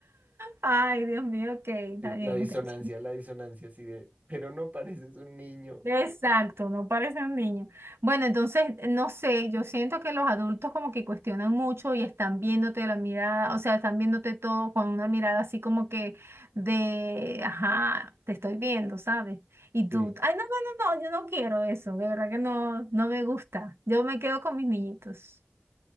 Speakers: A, on the right; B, on the right.
A: Ay, Dios mío, ok, está
B: Sí,
A: bien.
B: la disonancia,
A: entonces.
B: la disonancia así de, pero no pareces un niño.
A: Exacto, no parece un niño. Bueno, entonces, no sé, yo siento que los adultos como que cuestionan mucho y están viéndote la mirada, o sea, están viéndote todo con una mirada así como que de, ajá, te estoy viendo, ¿sabes? Y
B: Sí,
A: tú, ay, no, no, no, no, yo no quiero eso, de verdad que no, no me gusta. Yo me quedo con mis niñitos.